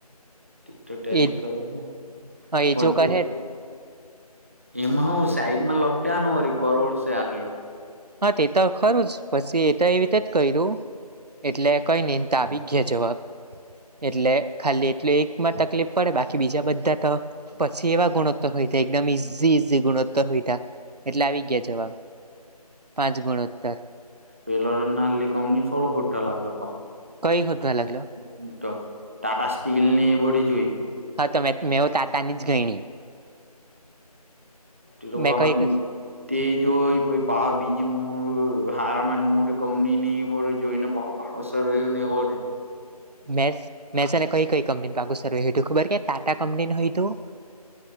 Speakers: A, on the right; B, on the right.
A: તો ટેલી
B: એ
A: કરીને <unintelligible>
B: હા એ જો કરે
A: એમાં હું સાઈડમાં લખી દેવાનું વળી કરોડ છે આટલું.
B: હા તે તો ખરું જ પછી એ તો એવી રીતે જ કર્યું એટલે કઈ નિન તે આવી ગયા જવાબ. એટલે ખાલી એટલું એકમાં તકલીફ પડે બાકી બીજા બધા તો પછી એવા ગુણોત્તર હોય તે એકદમ ઈઝી ઈઝી ગુણોત્તર હોય તા એટલે આવી ગયા જવાબ. પાંચ ગુણોત્તર
A: પેલો તો નાલી કંપની છોડો હોડો દાખલો પહો.
B: કઈ <unintelligible> લાગલો.
A: તેજ તો ટાટા સ્ટીલ ની એ બધી જ હોય.
B: હા તો મે મેંવ તાતા ની જ ગયણી.
A: તે તો <unintelligible>
B: મેં કઈ
A: તે જોઇ પાહિ પાહ બીજી મો હારામાં મોટી કંપની ની એ બધું જોઈને પહો બસો રહ્યું ને એવોર્ડે
B: મેઝ મેઝ અને કઈ કઈ કંપની પાગુ સરવેું ખબર કે ટાટા કંપની હોય હતું